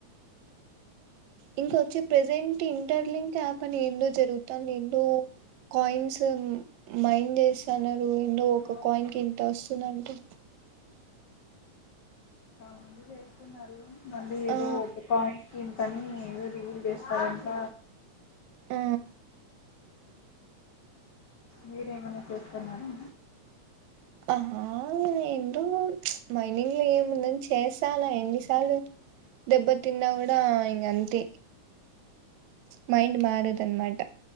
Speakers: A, on the right; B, on the left.
A: ఇంకొచ్చి ప్రెజెంట్ ఇంటర్ లింక్ యాప్ అని ఎందో జరుగుతుంది ఎందో కాయిన్స్ మైం చేస్తున్నారు ఎందో
B: చాలా
A: ఒక కాయిన్ కి ఇంత వస్తుందింటే
B: మంది చేస్తున్నారు మళ్ళీ ఏదో
A: ఆ
B: కానీ ఏదో రివ్యూల్ చేస్తారంట
A: ఆ
B: మీరేమైన్నా చేస్తున్నారా
A: ఆహా ఏ మైనింగ్ లో ఏముందని చేసాలె ఎన్నిసార్లు దెబ్బ తిన్నా కూడా ఇంగ అంతే మైండ్ మారదనమాట